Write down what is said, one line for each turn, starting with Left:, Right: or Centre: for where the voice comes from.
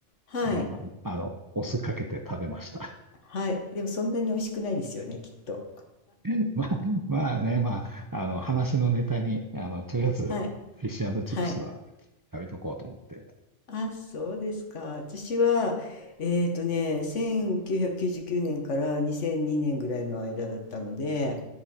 Left: はい。
Right: うん、あの、お酢かけて食べました。
Left: はい。でもそんなに美味しくないですよね、きっと。
Right: <laughs> まあ、まあね、まあ、あの、話のネタに、あの、とりあえず、
Left: はい。
Right: フィッシュチップスは食べとこうと思って。
Left: はい。あ、そうですか。私は、えっとね、1999年から2002年ぐらいの間だったので、